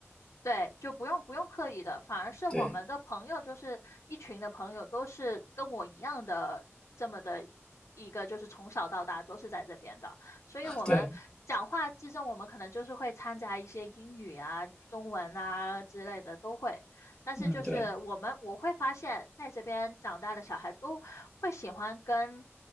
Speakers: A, on the left (about 80°); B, on the left (about 15°).
A: 对，就不用不用刻意的，反而是我们的朋友，
B: 对，
A: 就是一群的朋友，都是跟我一样的这么的一个，就是从小到大都是在这边的，所以我们讲话之中，
B: 对，
A: 我们可能就是会掺杂一些英语啊、中文啊之类的都会，但是就是我们我会发现，
B: 嗯，对，
A: 在这边长大的小孩都会喜欢跟